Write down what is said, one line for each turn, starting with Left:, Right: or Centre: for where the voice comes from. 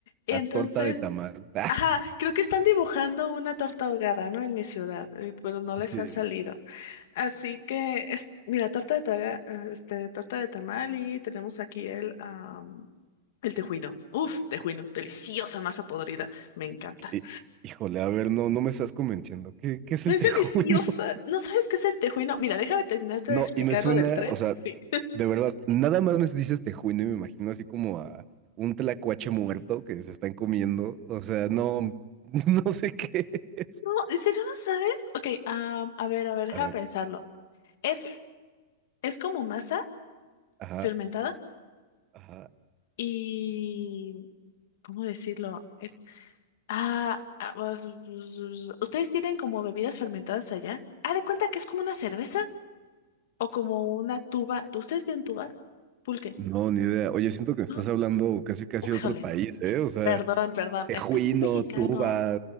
Left: Entonces,
Right: a torta de tamal. <laughs>
Left: ajá, creo que están dibujando una torta ahogada, ¿no? En mi ciudad, eh, pero no les
Right: Sí.
Left: ha salido. Así que, es, mira, torta de taga- este, torta de tamal y tenemos aquí el, am, el tejuino. Uf, tejuino, deliciosa masa podrida, me encanta.
Right: Hí- Híjole, a ver, no, no me estás convenciendo. ¿Qué, qué es
Left: No
Right: el
Left: es
Right: tejuino?
Left: deliciosa,
Right: <laughs>
Left: ¿no sabes qué es el tejuino? Mira, déjame terminarte
Right: No,
Left: de explicar
Right: y me suena,
Left: lo del tren.
Right: o sea,
Left: Sí.
Right: de verdad, nada más me dices tejuino y me imagino así como a un tlacuache muerto que se están comiendo. O sea, no, <laughs> no sé qué es.
Left: No, ¿en serio no sabes? Ok, am, a ver, a ver, deja
Right: A ver,
Left: pensarlo. Es, es como masa
Right: ajá,
Left: fermentada
Right: ajá.
Left: y... ¿Cómo decirlo? Es... Ah, ah, us- us- us- ¿ustedes tienen como bebidas fermentadas allá? Ah, de cuenta que es como una cerveza o como una tuba. ¿Ustedes tienen tuba? Pulque,
Right: No, ni idea. Oye, siento que me
Left: ¿no?
Right: estás hablando casi casi
Left: Újale,
Right: de otro país, ¿eh? O sea,
Left: perdón, perdón,
Right: tejuino,
Left: es que es muy mexicano.
Right: tuba,